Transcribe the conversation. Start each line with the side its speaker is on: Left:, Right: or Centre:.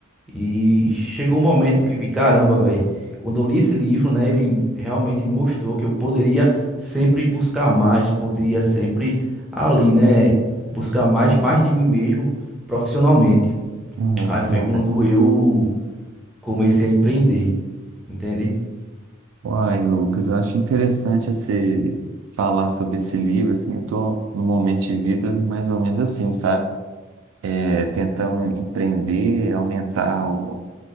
Centre: e chegou um momento que vi, caramba, velho, quando eu li esse livro, né, ele realmente me mostrou que eu poderia sempre buscar mais, poderia sempre ali, né, buscar mais, mais de mim mesmo profissionalmente.
Right: Uhum.
Centre: Aí foi
Right: Uai,
Centre: quando eu comecei a empreender, entende?
Right: uai, Lucas, eu acho interessante você falar sobre esse livro, assim, eu tô no momento de vida mais ou menos assim, sabe? É, tentando empreender, aumentar o,